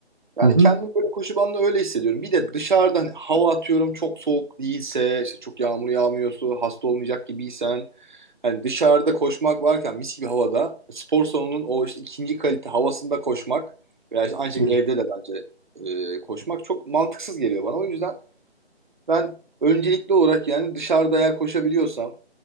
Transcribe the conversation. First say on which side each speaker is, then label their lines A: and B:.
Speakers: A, on the right (about 45°); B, on the right (about 30°).
A: Yani
B: Hı hı.
A: kendim böyle koşu bandında öyle hissediyorum. Bir de dışarıda hani hava atıyorum çok soğuk değilse, işte çok yağmur yağmıyorsa, hasta olmayacak gibiysen hani dışarıda koşmak varken mis gibi havada spor salonunun o işte ikinci kalite havasında koşmak veya işte aynı şekilde
B: Evet.
A: evde de bence e, koşmak çok mantıksız geliyor bana. O yüzden ben öncelikli olarak yani dışarıda eğer koşabiliyorsam